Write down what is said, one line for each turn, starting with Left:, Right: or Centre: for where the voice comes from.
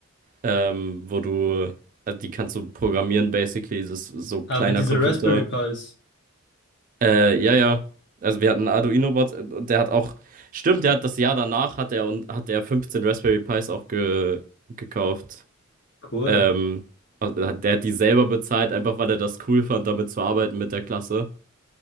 Right: ähm, wo du, also die kannst du programmieren, basically, das ist so kleiner
Left: Ah, wie diese
Right: Computer.
Left: Raspberry Pis.
Right: Äh, ja, ja. Also wir hatten Arduino-Boards äh, und der hat auch, stimmt, der hat das Jahr danach hat er und hat er 15 Raspberry Pis auch ge, gekauft.
Left: Cool.
Right: Ähm, also hat- der hat die selber bezahlt, einfach weil er das cool fand, damit zu arbeiten mit der Klasse.